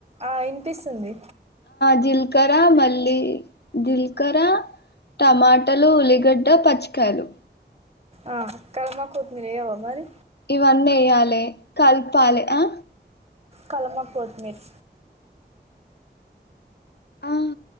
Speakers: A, on the right; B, on the left.
A: ఆ, వినిపిస్తుంది
B: జీలకర్ర జీలకర్ర మల్లీ జీలకర్ర టమాటలు ఉల్లిగడ్డ పచ్చకాయలు
A: ఆ కాలమాక్ కొోట్మిరేయావ మరి
B: ఇవన్నేయ్యాలే కల్పలే ఆ
A: కలమక్ కొత్మీర్
B: ఆ